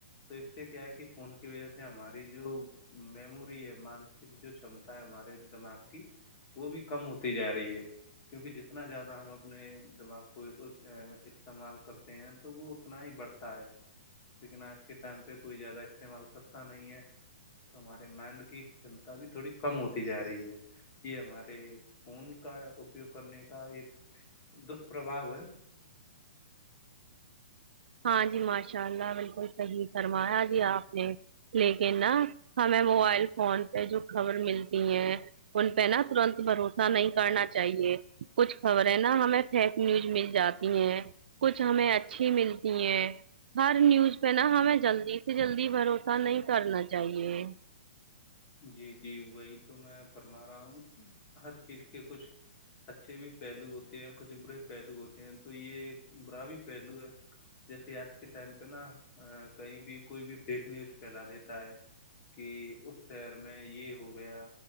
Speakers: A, on the left; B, on the right.
A: تو اس سے کیا ہے کہ فون کی وجہ سے ہماری جو میموری ہے مانسک جو چمتا ہے ہمارے دماغ کی وہ بھی کم ہوتی جا رہی ہے کیونکہ جتنا زیادہ ہم اپنے دماغ کو استعمال کرتے ہیں تو وہ اتنا ہی بڑھتا تاہے لیکن آج کے ٹائم پہ کوئی زیادہ استعمال کرتا نہیں ہے تو ہمارے مائنڈ کی چنتا بھی تھوڑی کم ہوتی جا رہی ہے یہ ہمارے فون کا اپیوگ کرنے کا ایک دشپرباو ہے
B: ہاں جی ماشاء اللہ بالکل صحیح فرمایا جی آپ نے لیکن نا ہمیں موبائل فون پہ جو خبر ملتی ہیں ان پہ نا ترنت بھروسہ نہیں کرنا چاہیے کچھ خبریں نا ہمیں فیک نیوز مل جاتی ہیں کچھ ہمیں اچھی مل ہر نیوز پہ نا ہمیں جلدی سے جلدی بھروسہ نہیں کرنا چاہیے
A: جی جی وہی تو میں فرما رہا ہوں ہر چیز کے کچھ اچھے بھی پہلو ہوتے ہیں کچھ برے پہلو ہوتے ہیں تو یہ ایک برا بھی پہلو ہے جیسے آج کے ٹائم پہ نا کہیں بھی کوئی بھی فیک نیوز پھیلا دیتا ہے کہ اس شہر میں یہ ہو گیا